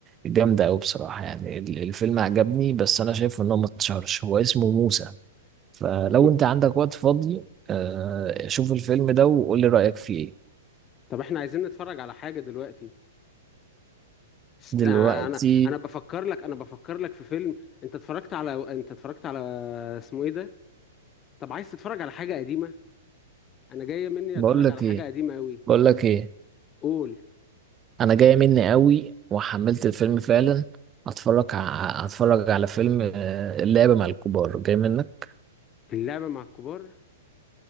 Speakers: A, on the right; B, on the left.
A: جامدة أوي بصراحة يعني ال- الفيلم عجبني بس أنا شايف إن هو ما اتشهرش هو اسمه موسى فلو
B: م.
A: أنت عندك وقت فاضي آه، شوف الفيلم ده وقول لي رأيك فيه إيه
B: طب احنا عايزين نتفرج على حاجة دلوقتي است...
A: دلوقتي
B: آه، انا انا بفكر لك انا بفكر لك في فيلم انت اتفرجت على انت اتفرجت على اسمه ايه ده طب عايز تتفرج على حاجة قديمة انا جاية مني
A: بقول
B: اتفرج
A: لك
B: على
A: إيه
B: حاجة قديمة قوي
A: بقول لك إيه
B: قول
A: أنا جاية مني أوي وحملت الفيلم فعلا هتفرج ع- هتفرج على فيلم آه، اللعبة مع الكبار جاي منك
B: اللعبة مع الكبار